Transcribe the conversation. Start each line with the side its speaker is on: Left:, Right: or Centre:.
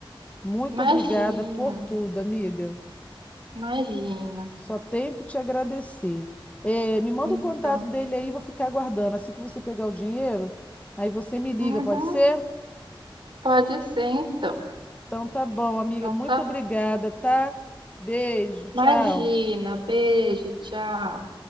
Left: Muito
Right: Imagina,
Left: obrigada por tudo, amiga.
Right: imagina.
Left: Só tenho que te agradecer. Eh, me manda
Right: Então,
Left: o contato dele aí, vou ficar aguardando. Assim que você pegar o dinheiro, aí você me liga,
Right: uhum,
Left: pode ser?
Right: pode ser então.
Left: Então tá bom, amiga.
Right: Então
Left: Muito
Right: tá.
Left: obrigada, tá? Beijo, tchau.
Right: Imagina, beijo, tchau.